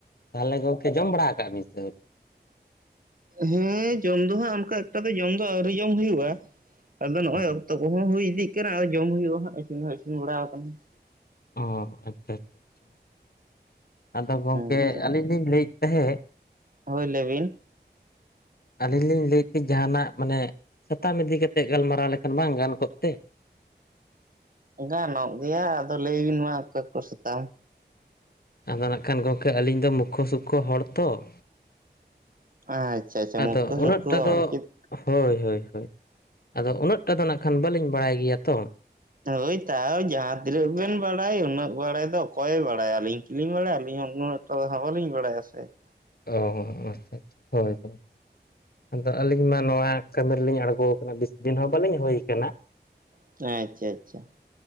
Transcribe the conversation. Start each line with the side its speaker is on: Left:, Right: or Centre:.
Left: ᱛᱟᱞᱦᱮ ᱜᱚᱝᱠᱮ ᱡᱚᱢ ᱵᱟᱲᱟ ᱠᱟᱜ ᱟᱵᱤᱱ <inaudible>
Right: ᱦᱮᱸ ᱡᱚᱢ ᱫᱚ ᱦᱟᱸᱜ ᱚᱱᱠᱟ ᱮᱠᱴᱟ ᱫᱚ ᱡᱚᱢ ᱫᱚ ᱟᱹᱣᱨᱤ ᱡᱚᱢ ᱦᱩᱭᱩᱜᱼᱟ ᱟᱫᱚ ᱱᱚᱜᱼᱚᱭ
Left: ᱟᱹᱣᱨᱤ
Right: ᱛᱚ ᱠᱚᱦᱚᱸ ᱦᱩᱭ ᱤᱫᱤᱜ ᱠᱟᱱᱟ ᱟᱨ ᱡᱚᱢ ᱦᱩᱭᱩᱜᱼᱟ ᱦᱟᱸᱜ ᱤᱥᱤᱱ ᱦᱚᱸ ᱤᱥᱤᱱ ᱵᱟᱲᱟᱣ ᱠᱟᱱᱟ ᱾
Left: ᱚ ᱟᱪ ᱛᱟᱛ <inaudible> ᱟᱫᱚ ᱜᱚᱝᱠᱮ
Right: ᱟᱪᱪᱷᱟ
Left: ᱟᱹᱞᱤᱧ ᱞᱤᱧ ᱞᱟᱹᱭᱮᱫ ᱛᱟᱦᱮᱸᱫ ᱾
Right: ᱦᱳᱭ ᱞᱮᱵᱤᱱ ᱾
Left: ᱟᱹᱞᱤᱧ ᱞᱤᱧ ᱞᱟᱹᱭᱮᱫ ᱛᱮ ᱡᱟᱦᱟᱱᱟᱜ ᱢᱟᱱᱮ ᱥᱟᱛᱟᱢ ᱤᱫᱤ ᱠᱟᱛᱮᱜ ᱜᱟᱞᱢᱟᱨᱟᱣ ᱞᱮᱠᱷᱟᱱ ᱵᱟᱝ ᱜᱟᱱ ᱠᱚᱜ ᱛᱮ?
Right: ᱜᱟᱱᱚᱜ ᱜᱮᱭᱟ ᱟᱫᱚ ᱞᱟᱹᱭ ᱵᱤᱱ ᱢᱟ ᱚᱠᱚᱭ ᱠᱚ ᱥᱮᱛᱟᱢ ᱾
Left: ᱟᱫᱚ ᱱᱟᱜ ᱠᱷᱟᱱ ᱜᱚᱝᱠᱮ ᱟᱹᱞᱤᱧ ᱫᱚ ᱢᱩᱠᱠᱷᱚ ᱥᱩᱠᱠᱷᱚ ᱦᱚᱲ ᱛᱚ ᱾
Right: ᱟᱪᱪᱷᱟ ᱟᱪᱪᱷᱟ
Left: ᱟᱫᱚ
Right: ᱢᱚᱠᱚᱨ
Left: ᱩᱱᱟᱹᱜᱴᱟ
Right: ᱥᱚᱠᱚᱨ
Left: ᱫᱚ
Right: ᱪᱮᱫ
Left: ᱦᱳᱭ ᱦᱳᱭ ᱦᱳᱭ ᱟᱫᱚ ᱩᱱᱟᱹᱜ ᱴᱟ ᱫᱚ ᱱᱟᱜ ᱠᱷᱟᱱ ᱵᱟᱹᱞᱤᱧ ᱵᱟᱲᱟᱭ ᱜᱮᱭᱟ ᱛᱚ ᱾
Right: ᱦᱳᱭ ᱛᱟᱣ ᱡᱟᱦᱟᱸ ᱛᱤᱱᱟᱹᱜ ᱵᱮᱱ ᱵᱟᱲᱟᱭ ᱩᱱᱟᱹᱜ ᱵᱟᱲᱟᱭ ᱫᱚ ᱚᱠᱚᱭ ᱮ ᱵᱟᱲᱟᱭᱟ ᱟᱹᱞᱤᱧ ᱠᱤᱞᱤᱧ ᱵᱟᱲᱟᱭᱟ ᱟᱹᱞᱤᱧ ᱦᱚᱸ ᱩᱱᱟᱹᱜ ᱴᱚᱰᱟ ᱦᱟᱸ ᱵᱟᱹᱞᱤᱧ ᱵᱟᱲᱟᱭᱟ ᱥᱮ ᱾
Left: ᱚ ᱟᱪᱪᱷᱟ ᱟᱪᱪᱷᱟ ᱦᱳᱭ ᱦᱳᱭ ᱾ ᱟᱫᱚ ᱟᱹᱞᱤᱧ ᱢᱟ ᱱᱚᱣᱟ ᱠᱟᱹᱢᱤ ᱨᱮᱞᱤᱧ ᱟᱬᱜᱚ ᱠᱟᱱᱟ ᱵᱤᱥ ᱫᱤᱱ ᱦᱚᱸ ᱵᱟᱹᱞᱤᱧ ᱦᱩᱭ ᱠᱟᱱᱟ ᱾
Right: <unintelligible> ᱪᱟ ᱪᱟ᱾